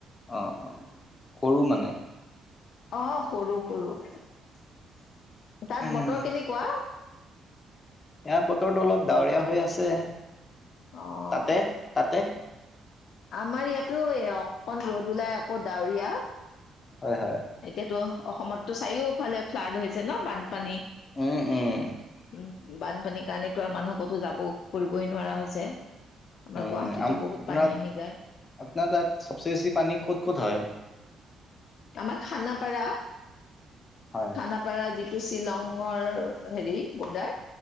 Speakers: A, on the left (about 35°); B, on the left (about 65°).
A: অঁ-অঁ! সৰু মানে? <inaudible>
B: অঁ! সৰু-সৰু। তাত
A: উম,
B: বতৰ কেনেকুৱা? <inaudible>
A: ইয়াৰ বতৰটো অলপ ডাৱৰীয়া হৈ আছে। <inaudible>
B: অঁ!
A: তাতে-তাতে
B: <unintelligible>
A: <inaudible>
B: আমাৰ ইয়াতো এই অকন ৰ'দ ওলাই আকৌ ডাৱৰীয়া। <unintelligible>
A: হয়-হয়। <inaudible>
B: এতিয়াতো অসমতো চাৰিওফালে ফ্লাড হৈছে ন বানপানী? <unintelligible>
A: উম, উম,
B: <inaudible> উম! বানপানীৰ কাৰণেতো আৰু মানুহ কতো যাব‌ও কৰিবই নোৱাৰা হৈছে। <inaudible> আমাৰ
A: উম!
B: গুৱাহাটীতো বহুত
A: আপোনাৰ-আপোনাৰ
B: পানী আহি যায়।
A: তাত চবচে বেছি পানী ক'ত-ক'ত হয়? <unintelligible>
B: আমাৰ খানাপাৰা।
A: হয়।
B: খানা <inaudible> পাৰা যিটো শ্বিলংৰ হেৰি বৰ্ডাৰ